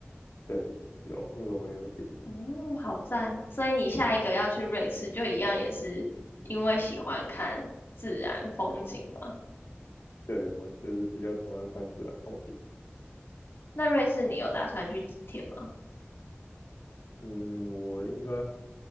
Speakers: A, on the left; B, on the left.
A: 对，有那个我也有听。
B: 哦，好赞！所以你下一个要去瑞士，就一样也是因为喜欢看自然风景嘛？
A: 对，我就是比较喜欢看自然风景。
B: 那瑞士你有打算去几天吗？
A: 嗯，我应该